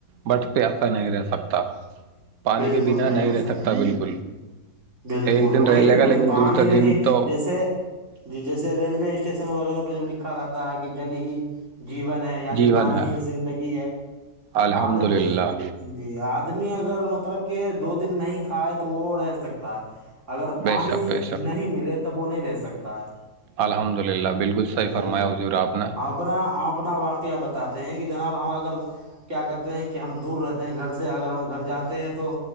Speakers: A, on the right; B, on the right.
A: بٹ پیسا نہیں رہ سکتا پانی
B: بالکل
A: کے بنا
B: بالکل
A: نہیں رہ
B: صحیح
A: سکتا بالکل
B: بالکل
A: ایک دن
B: وہی
A: رہ لے
B: نہیں بولے
A: گا لیکن
B: پانی
A: دوسرے
B: دیکھی
A: دن تو
B: جیسے جی جیسے ریلوے اسٹیشن وغیرہ پ دھا رہتا ہے کہ جل ہی جیون ہے یعنی
A: جیون
B: پانی
A: ہے
B: ہی زندگی ہے
A: الحمد
B: آدمی
A: للہ
B: جی آد آدمی اگرطلب طرب کہ دو دن نہیں کھائے تو وہ رہ سکتا ہے اگر
A: بے
B: پانی
A: شک بے شک
B: نہیں ملے تب وہ نہیں رہ سکتا ہے
A: الحمد للہ بالکل صحیح
B: جی
A: فرمایا
B: جی
A: حضور آپ نے
B: ہم اپنا ہم اپنا واقعہ بتاتے ہیں کہ جناب ہم اگر کیا کہتے ہیں کہ ہم دور رہتے ہیں گھر سے اگر ہم گھر جاتے ہیں تو تو